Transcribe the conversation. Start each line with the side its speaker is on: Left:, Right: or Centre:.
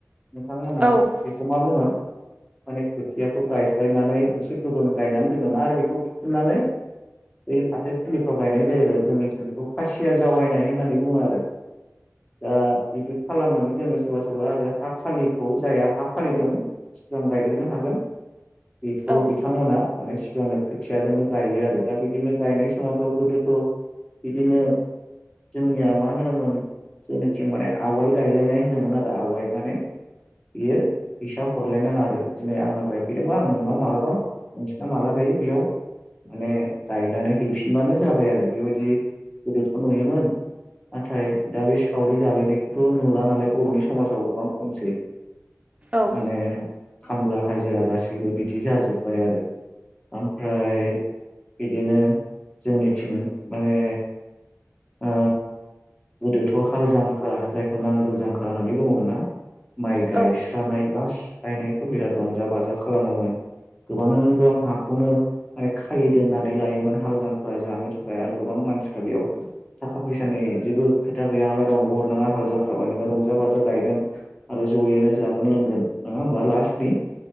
Left: नोंथांमोना
Right: औ
Left: बेखौ मा बुङो। माने खोथियाखौ गायस्लायनानै एसे गोबों गायनानै दोनोमोना आरो बेखौ फुफिननानै। बै फाथोथिलिफ्राव गायनाय जायो आरो जोंनिथिं बेखौ खासिया जावायनाय होननानै बुङो आरो। दा बिदि खालामनानै दोनो सोरबा सोरबा आरो हा खालिखौ जायहा हा खालि दं। सिगां गायग्रोनो हागोन। बेखौ
Right: औ
Left: बिथांमोना माने सिगांनो खोथियाजोंनो गायो आरो दा बिदिनो। गायनाय समावथ' गोदोथ' बिदिनो जोंनिया मा होनोमोन। जोंनिथिं माने आवाय गायलायनाय होनदोंमोन आरो आवाय माने। बियो फैसा हरलायनाङा आरो दिनै आंनाव गायफैदोंब आं नोंनाव मालाबा नोंसिना माला गाय। बे बेयाव माने गायनानै। हैफिनबानो जाबाय आरो बेबायदि गोदोथ नुयोमोन। नाथाय दा बे सावरि जालायनायखौथ' नुला। नालाय बर'नि समाजाव गोबां खमसै
Right: औ
Left: माने। खामला हाजिरा गासैबो बिदि जाजोब्बाय आरो। ओमफ्राय बिदिनो जोंनिथिं माने। ओ गोदोथ' हाल जांख्रा जायखौ नांगोल जांख्रा होननानै बुङोमोन ना। माइ
Right: औ
Left: गायस्रानाय लास गायनायखौ बिराद रंजा बाजा खालामोमोन। गोबां गोबां हाखौनो। माने खालि दोननानै लायोमोन हाल जांख्रा जानो थाखाय आरो गोबां मानसिफ्रा बेयाव। थाखा फैसानि जेबो खोथा गैया नालाय रावनोबो हरनाङा हाल जांख्रा बानायबा रंजा बाजा गायगोन आरो। जयैनो जागोन लोंगोन नङा होमबा लास्टनि